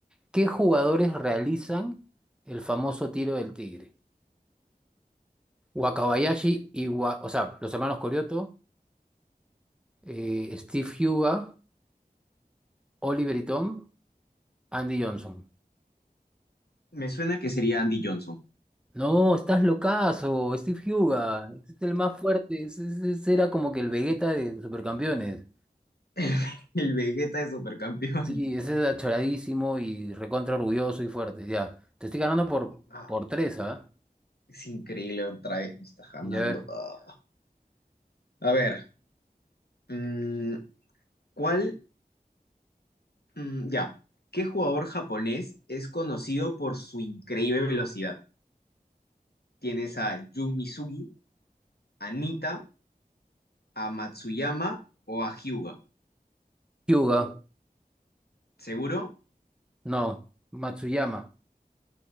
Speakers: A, in the centre; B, on the left.
A: ¿Qué jugadores realizan el famoso tiro del tigre? Wakabayashi y Wa- o sea, los hermanos Corioto, eh, Steve Huga, Oliver y Tom, Andy Johnson.
B: Me suena que sería Andy Johnson,
A: No, estás locazo, Steve Huga, es el más fuerte, ese, ese- ese era como que el Vegeta de Supercampeones.
B: <laughs> el, el Vegeta de Supercampeón.
A: Sí, ese era choradísimo y recontra orgulloso y fuerte, ya. Te estoy ganando por,
B: Ah,
A: por tres, ¿ah?
B: Es increíble, otra vez me estás ganando.
A: Ya ver.
B: Ah. A ver, mm, ¿cuál? mm, ya, ¿qué jugador japonés es conocido por su increíble velocidad? Tienes a Jun Misugi, a Nita, a Matsuyama o a Hyuga.
A: Hyuga,
B: ¿Seguro?
A: no, Matsuyama.